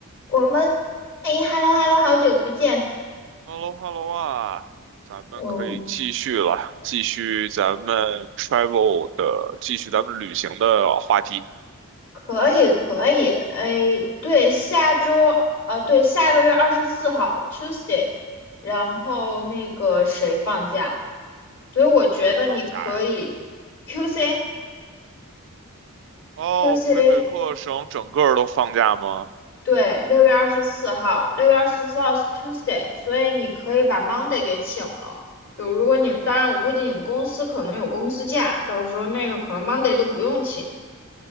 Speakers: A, on the left (about 60°); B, on the right (about 55°).
A: 我们哎，hello hello，好久不见。
B: h e l l o h e l l o 啊，咱们可以继续了，
A: 嗯，
B: 继续咱们 travel 的，继续咱们旅行的话题。
A: 可以可以。哎，对，下周呃，对，下个月二十四号 Tuesday，然后那个谁放假，所以我觉得你可以
B: 谁放假呀？
A: QC
B: 哦，
A: QC，
B: 魁北克省整个儿都放假吗？
A: 对，六月二十四号，六月二十四号是 Tuesday，所以你可以把 Monday 给请了。就如果你们，当然我估计你们公司可能有公司假，到时候那个可能 Monday 都不用请。